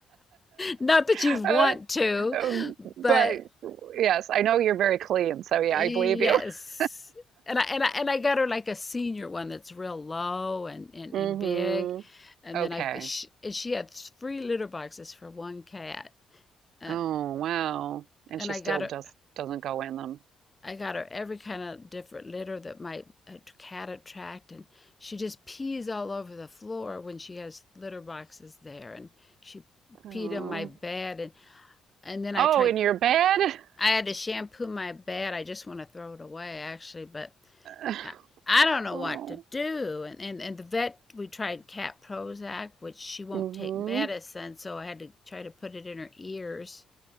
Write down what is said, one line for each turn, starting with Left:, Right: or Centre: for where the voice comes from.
Left: not that
Right: <laughs>
Left: you'd want to
Right: Um,
Left: but
Right: but yes, I know you're very clean, so yeah,
Left: Yes.
Right: I believe you. <laughs>
Left: And I and I and I got her like a senior one that's real low and and,
Right: Mm-hmm.
Left: and big, and
Right: Okay.
Left: then I've she, and she had three litter boxes for one cat, and
Right: Oh, wow. And
Left: and
Right: she
Left: I
Right: still
Left: got her
Right: just doesn't go in them.
Left: I got her every kind of different litter that might a cat attract, and she just pees all over the floor when she has litter boxes there, and she
Right: Oh.
Left: peed on my bed, and and then I
Right: Oh,
Left: tried
Right: in your bed?
Left: I had to shampoo my bed. I just want to throw it away actually, but
Right: <sighs>
Left: I, I don't know
Right: Oh,
Left: what to do. And, and, and the vet, we tried cat Prozac, which she won't
Right: Mm-hmm.
Left: take medicine. So I had to try to put it in her ears,